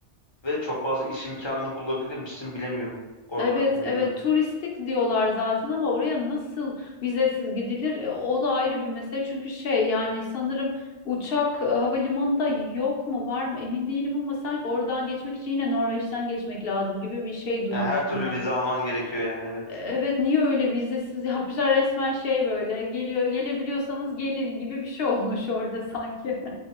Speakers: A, on the left; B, on the left.
A: Ve çok fazla iş imkanı bulabilir misin bilemiyorum oralarda
B: Evet,
A: ya
B: evet
A: da ne bileyim.
B: turistik diyorlar zaten ama oraya nasıl vizesiz gidilir? E, O da ayrı bir mesele çünkü şey yani sanırım uçak e, havalimanında yok mu var mı emin değilim ama sanki oradan geçmek için yine Norveç'ten geçmek lazım gibi bir şey duymuştum
A: Yani her türlü
B: ben.
A: vize alman gerekiyor yani evet.
B: E, Evet niye öyle vizesiz <laughs> yapmışlar resmen şey böyle geliyor gelebiliyorsanız gelin gibi bir şey olmuş orada sanki.